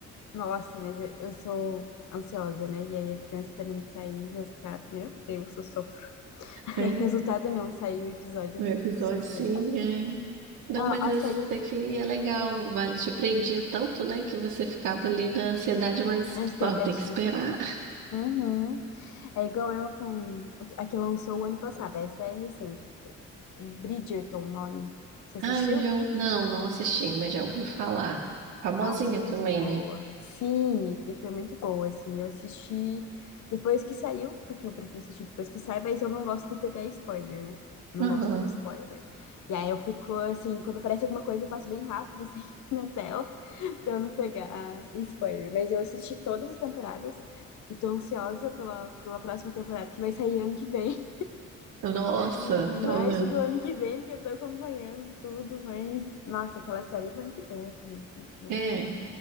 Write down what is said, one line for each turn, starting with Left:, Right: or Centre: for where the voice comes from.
Left: Nossa, mas eu eu sou ansiosa, né? E aí eu fico esperando sair o resultado. Meu Deus, eu sofro. <laughs>
Right: É,
Left: Resultado não, saiu o episódio,
Right: o
Left: eu
Right: episódio
Left: fico sofrendo.
Right: sim, é. Não,
Left: Ah,
Right: mas esse
Left: a série,
Right: daqui é legal, vale. Te prendia tanto, né? Que você ficava ali na ansiedade, mas
Left: a expectativa.
Right: pô, tem que esperar.
Left: Uhum. É igual eu com a que lançou o ano passado, essa é recente. Bridgerton, o nome. Você assistiu?
Right: Ah, eu já. ou- Não, não assisti, mas já ouvi falar. Famosinha
Left: Nossa, muito
Right: também,
Left: boa.
Right: né?
Left: Sim, e foi muito boa, assim. Eu assisti depois que saiu, porque eu prefiro assistir depois que sai, mas eu não gosto de pegar spoiler, né? Não
Right: Aham.
Left: gosto de spoiler. E aí eu fico assim, quando aparece alguma coisa, eu passo bem rápido, assim, <laughs> na tela, pra eu não pegar spoiler. Mas eu assisti todas as temporadas e tô ansiosa pela, pela próxima temporada, que vai sair ano que vem.
Right: Eu, Nossa,
Left: Em
Right: então,
Left: março
Right: né?
Left: do ano que vem, que eu tô acompanhando tudo, mas. Nossa, aquela série é muito boa também, muito boa.
Right: É.